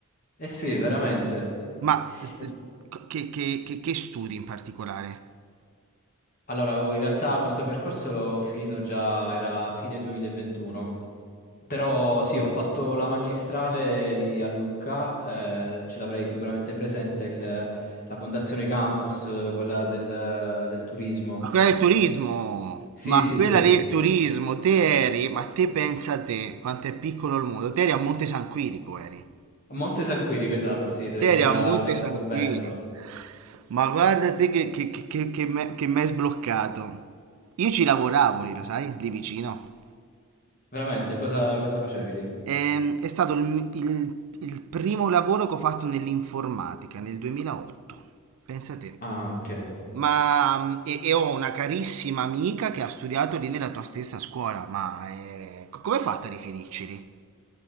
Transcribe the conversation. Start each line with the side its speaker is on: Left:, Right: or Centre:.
Left: Eh sì, veramente.
Right: Ma eh,
Left: es-
Right: che, che- che- che studi in particolare?
Left: Allora, in realtà questo percorso l'ho finito già, era a fine 2021. Però sì, ho fatto la magistrale lì a Lucca, eh, ce l'avrei sicuramente presente, il- la Fondazione Campus, eh, quella del, del turismo.
Right: Ma quella del turismo,
Left: Sì,
Right: ma
Left: sì,
Right: quella
Left: sì.
Right: del turismo, te eri, ma te pensa a te, quanto è piccolo il mondo, te eri a Monte San Quirico, eri.
Left: A Monte San Quirico, esatto, sì, dove
Right: Te
Left: c'era
Right: eri a Monte
Left: l'ex
Right: San
Left: convento.
Right: Quirico. Ma guarda te che, che, che, che, che me- che m'hai sbloccato. Io ci lavoravo
Left: Sì.
Right: lì, lo sai, lì vicino.
Left: Veramente, cosa, cosa facevi lì?
Right: Ehm, è stato il, il- il primo lavoro che ho fatto nell'informatica nel 2008, pensa te.
Left: Ah, ok.
Right: Ma mm, e, e ho una carissima amica che ha studiato lì nella tua stessa scuola, ma eh, co- come hai fatto a riferirci lì?